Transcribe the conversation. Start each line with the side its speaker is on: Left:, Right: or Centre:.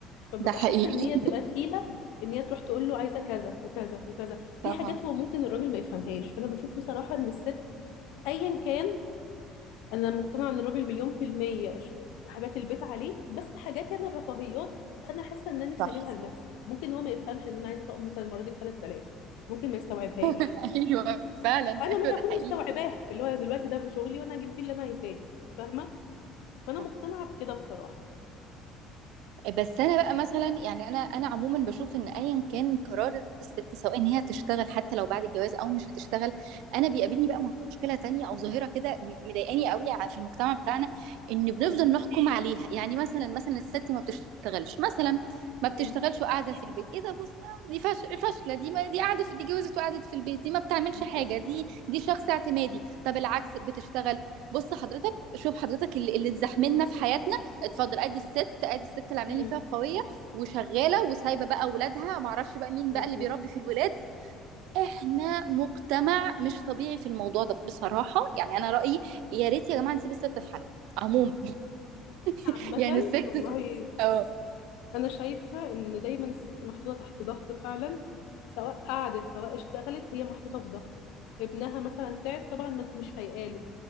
Left: فببقى
Right: ده حقيقي
Left: حاسه ان هي تبقى تقيله ان هي تروح تقول له عايزه كذا وكذا وكذا في
Right: طبعا
Left: حاجات هو ممكن الراجل ما يفهمهاش فانا بشوف بصراحه ان الست ايا كان انا مقتنعه ان الراجل مليون في الميه ش- حاجات البيت عليه بس حاجات انا الرفاهيات انا حاسه ان انا نفسي
Right: صح
Left: اجيبها لنفسي ممكن هو ما يفهمش ان انا عايزه طقم مثلا المره دي ب 3000 ممكن ما يستوعبهاش
Right: <laughs> ايوه فعلا
Left: انا
Right: ايوه
Left: ممكن اكون
Right: ده حقيقي
Left: مستوعباه اللي هو أنا دلوقتي ده بشغلي وانا هجيب بيه اللي انا عايزاه فاهمه فانا
Right: صح
Left: مقتنعه بكده بصراحه
Right: بس انا بقى مثلا يعني انا انا عموما بشوف ان ايا كان قرار الست سواء ان هي هتشتغل حتى لو بعد الجواز او مش هتشتغل انا بيقابلني بقى مشكله تانية او ظاهره كده مضايقاني قوي ع- في المجتمع بتاعنا ان بنفضل
Left: امم
Right: نحكم عليها يعني مثلا مثلا الست ما بتشتغلش مثلا ما بتشتغلش
Left: امم
Right: وقاعده في البيت ايه ده بص آه، دي فاش- فاشله دي ما دي قاعده في دي جوزت وقعدت في البيت دي ما بتعملش
Left: بالظبط
Right: حاجه دي دي شخص اعتمادي طب العكس بتشتغل بص حضرتك شوف حضرتك اللي اللي اتزحملنا في حياتنا اتفضل ادي الست ادي الست اللي عاملين
Left: امم
Right: لي فيها قويه وشغاله وسايبه بقى اولادها ما اعرفش بقى مين
Left: بالظبط
Right: بقى اللي بيربي في الولاد احنا مجتمع مش طبيعي في الموضوع ده بصراحه يعني انا رايي يا ريت يا جماعه نسيب الست في حالها عموما
Left: عامة
Right: <laughs> يعني الست
Left: والله
Right: اه
Left: انا شايفه ان دايما الست محطوطه تحت ضغط فعلا سواء قعدت سواء اشتغلت هي محطوطه في ضغط ابنها مثلا تعب طبعا ما انت مش فايقاله